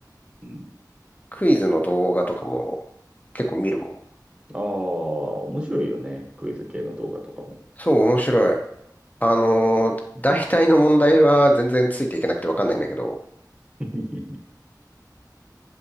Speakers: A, on the right; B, on the left.
A: ん。
B: クイズの動画とかも結構見るも
A: ああ、面白いよね。クイズ系の動画とかも。
B: ん。そう、面白い。あのー大体の問題は全然ついていけなくてわかんないんだけど、
A: <laughs>